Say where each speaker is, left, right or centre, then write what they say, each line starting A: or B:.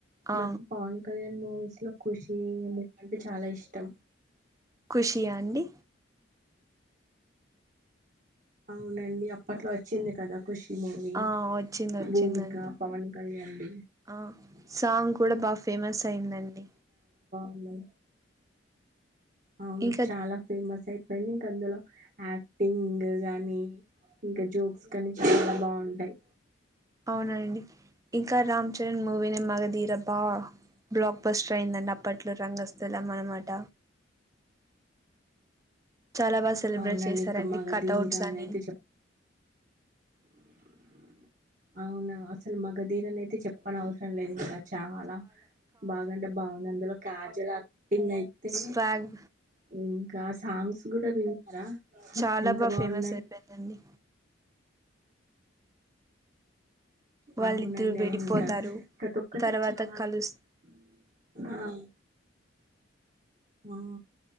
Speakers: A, on the right (about 15°); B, on the right (about 40°).
A: ఆ
B: నాకు పవన్ కళ్యాణ్ మూవీస్ లో ఖుషీ మూవీ అంటే చాలా ఇష్టం
A: ఖుషియా అండి
B: అవునండి అప్పట్లో వచ్చింది కదా ఖుషి మూవీ
A: ఆ వచ్చింది వచ్చిందండి
B: భూమిక పవన్ కళ్యాణ్ ది
A: ఆ సాంగ్ కూడా బా ఫేమస్ అయిందండి
B: అన్న అవును
A: ఇంకా
B: చాలా ఫేమస్ అయిపోయింది ఇంక అందులో యాక్టింగ్ గాని ఇంకా జోక్స్ కానీ చాలా బాగుంటాయి
A: అవునా అండి ఇంకా రామ్ చరణ్ మూవీనే మగదీర బా బ్లాక్ బస్టర్ అయిందండి అప్పట్లో రంగస్థలం అనమాట చాలా బాగా సెలబ్రేట్
B: అవునండి
A: చేశారండి
B: ఇంకా మగధీర
A: కటౌట్స్ అని
B: అయితే చెప్ అవునా అసలు మగదీరని అయితే చెప్పనవసరం లేదు ఇంకా చాలా బాగాంటే బాగుంది అందులో కాజల టింగ్ అయితే
A: స్వాగ్
B: ఇంకా సాంగ్స్ కూడా విన్నారా
A: చాలా
B: ఎంత
A: బా
B: బాగున్నాయి
A: ఫేమస్ అయిపోయిందండి వాళ్ళిద్దరు
B: అవునండి
A: విడిపోతారు
B: అ ఇంకా ప్రతి ఒక్కటి
A: తర్వాత
B: చాలా
A: కలుస్
B: ఆ ఆ